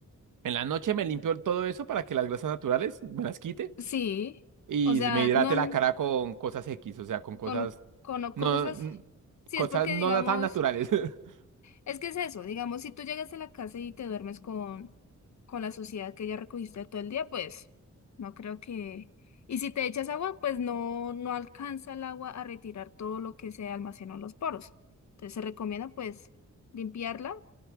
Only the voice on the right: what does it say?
en la noche me limpio todo eso para que las grasas naturales me las quite.
y
me hidrate
la cara con cosas X, o sea, con cosas
no, n-
cosas
no
tan naturales. <laughs>